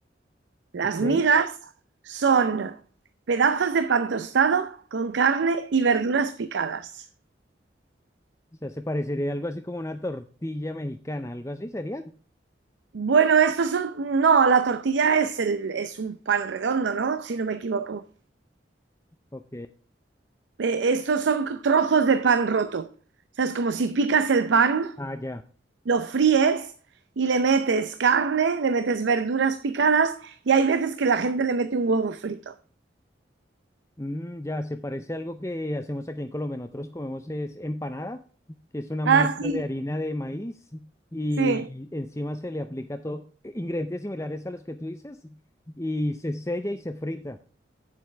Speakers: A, on the right; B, on the left.
A: Las
B: ok.
A: migas son pedazos de pan tostado con carne y verduras picadas.
B: O sea, se parecería algo así como una tortilla mexicana, algo así sería.
A: Bueno, estos son. No, la tortilla es, el- es un pan redondo, ¿no? Si no me equivoco.
B: Ok.
A: Eh, estos son trozos de pan roto. O sea, es como si picas el pan,
B: Ah, ya.
A: lo fríes y le metes carne, le metes verduras picadas y hay veces que la gente le mete un huevo frito.
B: Mm, ya, se parece a algo que hacemos aquí en Colombia. Nosotros comemos es empanada, que es una masa
A: Ah, sí,
B: de harina de maíz y
A: sí.
B: encima se le aplica todo, ingredientes similares a los que tú dices y se sella y se frita.